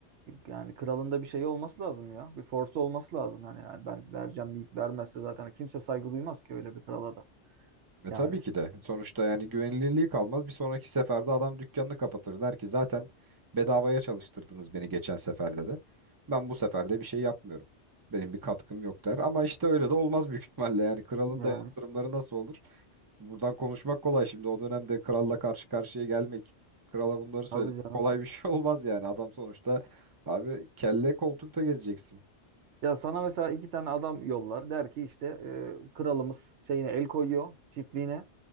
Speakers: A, on the right (about 75°); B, on the right (about 25°).
A: Yani kralında bir şey olması lazım ya. Bir force olması lazım. Hani yani ben vereceğim deyip vermezse zaten kimse saygı duymaz ki öyle bir krala da.
B: E
A: Yani.
B: tabii ki de. Sonuçta yani güvenilirliği kalmaz. Bir sonraki seferde adam dükkanını kapatır. Der ki zaten bedavaya çalıştırdınız beni geçen seferde de. Ben bu sefer de bir şey yapmıyorum. Benim bir katkım yok der. Ama işte öyle de olmaz büyük <laughs> ihtimalle. Yani kralın
A: Yani.
B: da yaptırımları nasıl olur? Buradan konuşmak kolay şimdi. O dönemde kralla karşı karşıya gelmek, krala bunları söylemek
A: Tabii canım.
B: kolay bir şey <laughs> olmaz yani. Adam sonuçta abi kelle koltukta gezeceksin.
A: Ya sana mesela iki tane adam yollar. Der ki işte e, kralımız şeyine el koyuyor. Çiftliğine.